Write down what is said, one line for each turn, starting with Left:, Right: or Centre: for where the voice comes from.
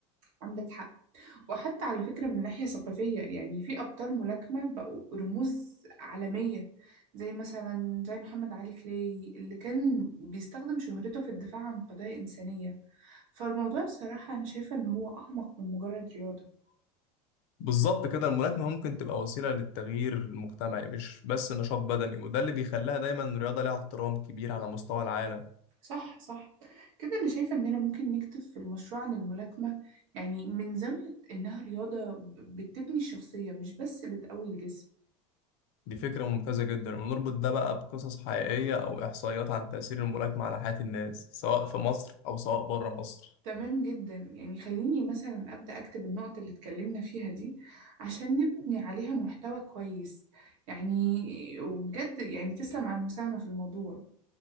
Right: عندك حق وحتى على فكرة من ناحية ثقافية يعني في أبطال ملاكمة بقوا رموز عالمية زي مثلا زي محمد علي كلاي اللي كان بيستخدم شهرته في الدفاع عن قضايا إنسانية فالموضوع بصراحة أنا شايفة إن هو أعمق من مجرد رياضة
Left: بالظبط كده الملاكمة ممكن تبقى وسيلة للتغيير المجتمعي مش بس نشاط بدني وده اللي بيخليها دايما رياضة ليها احترام كبير على مستوى العالم
Right: صح صح كده أنا شايفة إننا ممكن نكتب في المشروع عن الملاكمة يعني من زاوية إنها رياضة ب- بتبني الشخصية مش بس بتقوي الجسم
Left: دي فكرة ممتازة جدا ونربط ده بقى بقصص حقيقية أو إحصائيات عن تأثير الملاكمة على حياة الناس سواء في مصر أو سواء بره مصر
Right: تمام جدا يعني خليني مثلا أبدأ أكتب النقط اللي اتكلمنا فيها دي عشان نبني عليها محتوى كويس يعني وبجد يعني تسلم على المساهمة في الموضوع